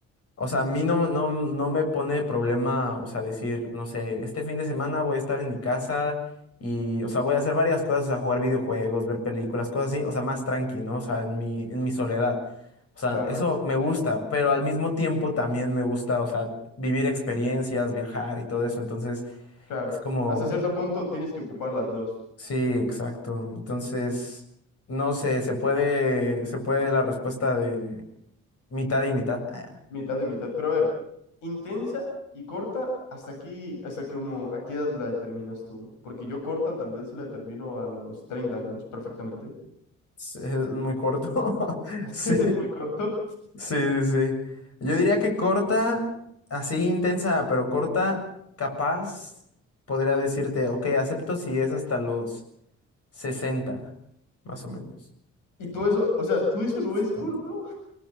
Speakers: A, on the left; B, on the left.
A: O sea, a mí no, no, no me pone problema, o sea, decir, no sé, este fin de semana voy a estar en mi casa y, o sea, voy a hacer varias cosas, o sea, jugar videojuegos, ver películas, cosas así, o sea, más tranqui, ¿no? O sea, en mi, en mi soledad. O sea,
B: Claro,
A: eso me gusta, pero al mismo tiempo también me gusta, o sea, vivir experiencias, viajar y todo eso. Entonces,
B: claro.
A: es como,
B: Hasta cierto punto tienes que ocupar las dos.
A: sí, exacto. Entonces, no sé, se puede, se puede la respuesta de mitad y mitad. Ah,
B: Mitad de mitad. Pero a ver, intensa y corta, hasta aquí, hasta que como, ¿a qué edad la determinas tú? Porque yo corta tal vez la determino a los 30 años, perfectamente.
A: es es muy corto. <laughs>
B: <laughs>
A: Sí.
B: Es muy corto.
A: Sí, sí, sí. Yo diría que corta, así intensa, pero corta, capaz, podría decirte, ok, acepto si es hasta los 60, más o menos.
B: Y tú eso, o sea, ¿tú eso lo
A: 70.
B: ves corto?